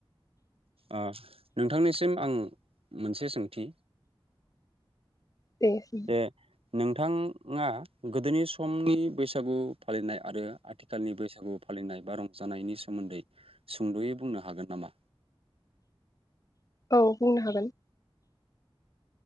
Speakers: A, on the right (about 85°); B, on the left (about 40°).
A: ओ नोंथांनिसिम आं मोनसे सोंथि
B: दे ओम
A: जे नोंथाङा गोदोनि समनि बैसागु फालिनाय आरो आथिखालनि बैसागु फालिनाय बा रंजानायनि सोमोन्दै सुंद'यै बुंनो हागोन नामा?
B: औ बुंनो हागोन